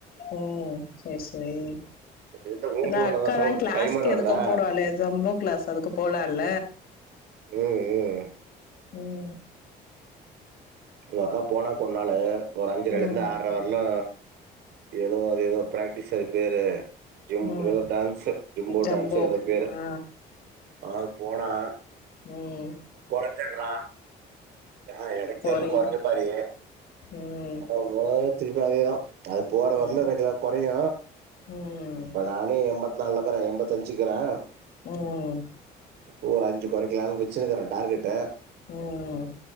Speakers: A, on the left (about 60°); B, on the right (about 75°).
A: ம் செரி செரி
B: இந்த ஊ
A: ஏ
B: ஃபோன்லதா
A: அக்காதா
B: சவுண்ட்
A: க்ளாஸ்க்கு
B: டைமர் வருதா
A: எதுக்கோ போறாலே சம்போ க்ளாஸ் அதுக்கு போலல
B: ம் ம்
A: ம்
B: உங்க அக்கா போனா கொன்னாலு ஒரு அஞ்சரலேருந்து
A: ம்
B: ஆர்ர வர்லு ஏதோ அது எதோ ப்ராக்டிஸ் அது பேரு ஜிம்போ
A: ம்
B: டான்ஸு ஜிம்போ
A: ஜம்போ
B: டான்ஸு எதோ பேரு
A: ஆ
B: அது போனா
A: உம்
B: <unintelligible> அ எனக்
A: கொறையுது
B: தெர்ல கொறைஞ்ச மாரி
A: ம்
B: ஆமா திருப்பி அதேதா அது போற
A: ம்
B: வரல இருக்கலா கெறையு
A: ம் ம்
B: இப்ப நானே எம்பத் நால்லாக்குறே எம்பத்தஞ்சுக்குறே
A: உம்
B: இப்போ ஒரு அஞ்சு கொறைக்கலான் வச்சு ச்சுனுக்குறே டார்கெட்டு
A: ம் ம் ம்